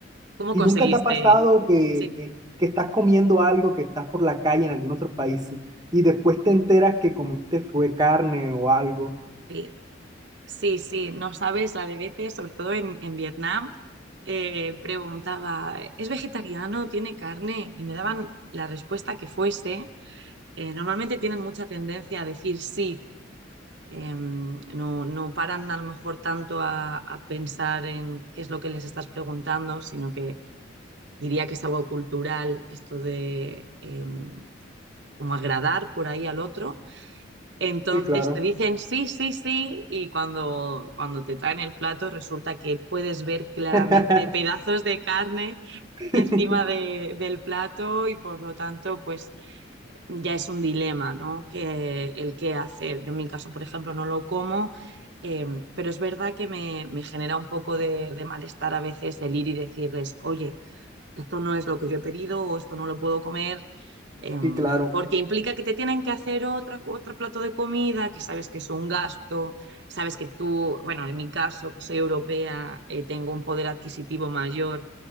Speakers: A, on the right (about 60°); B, on the right (about 20°).
A: ¿Cómo
B: ¿y
A: conseguiste?
B: nunca te ha pasado que,
A: Sí,
B: que estás comiendo algo, que estás por la calle en algún otro país y después te enteras que comiste fue carne o algo?
A: sí, sí, sí, no sabes la de veces, sobre todo en, en Vietnam. eh, preguntaba, ¿es vegetariano? ¿Tiene carne? Y me daban la respuesta que fuese. Eh, normalmente tienen mucha tendencia a decir sí em, no, no paran a lo mejor tanto a, a pensar en qué es lo que les estás preguntando, sino que diría que es algo cultural esto de em, como agradar por ahí al otro. Entonces
B: Sí, claro.
A: te dicen sí, sí, sí, y cuando, cuando te traen el plato resulta que puedes ver claramente
B: <laughs>
A: pedazos de carne
B: <laughs>
A: encima de- del plato y por lo tanto, pues ya es un dilema, ¿no? Que el qué hacer. Yo en mi caso, por ejemplo, no lo como, eh, pero es verdad que me, me genera un poco de, de malestar a veces el ir y decirles, oye, esto no es lo que yo he pedido o esto no lo puedo comer em,
B: Sí, claro.
A: porque implica que te tienen que hacer otra, otro plato de comida, que sabes que es un gasto, sabes que tú, bueno, en mi caso, que soy europea, eh, tengo un poder adquisitivo mayor